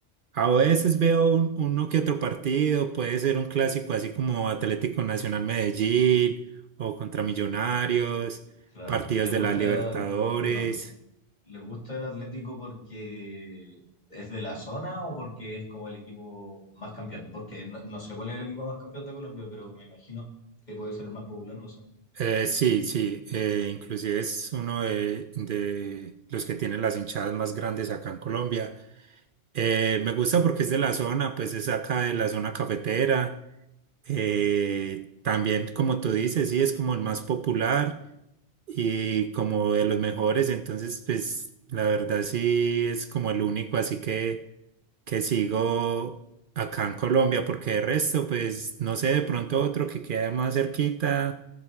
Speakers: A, on the right (about 60°); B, on the left (about 45°).
A: A veces veo un- uno que otro partido, puede ser un clásico así como Atlético Nacional Medellín o contra Millonarios,
B: Claro,
A: partidos
B: y le gusta,
A: de la Libertadores.
B: perdón, ¿le gusta el Atlético porque es de la zona o porque es como el equipo más campeón? Porque no, no sé cuál es el equipo más campeón de Colombia, pero me imagino que puede ser el más popular, no sé,
A: Eh, sí, sí, eh, inclusive es uno de, de los que tienen las hinchadas más grandes acá en Colombia. Eh, me gusta porque es de la zona, pues es acá de la zona cafetera. Eh, también, como tú dices, sí, es como el más popular. y como de los mejores, entonces pues la verdad sí es como el único así que, que sigo acá en Colombia, porque de resto pues no sé, de pronto otro que queda más cerquita,